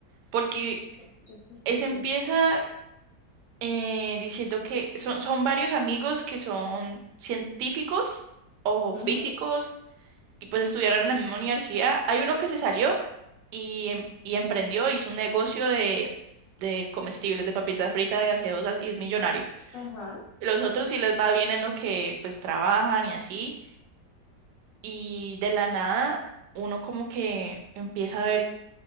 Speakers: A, on the right; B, on the left.
A: porque
B: Los tres cuerpos,
A: esa
B: ok.
A: empieza. eh, diciendo que son, son varios amigos que son científicos o físicos
B: Ujú,
A: y pues estudiaron en la misma universidad. Hay uno que se salió y, em- y emprendió, hizo un negocio de, de comestibles, de papitas fritas, de gaseosas y es millonario.
B: Ajá,
A: Y los otros sí les va bien en lo que pues trabajan y así. Y de la nada uno como que empieza a ver,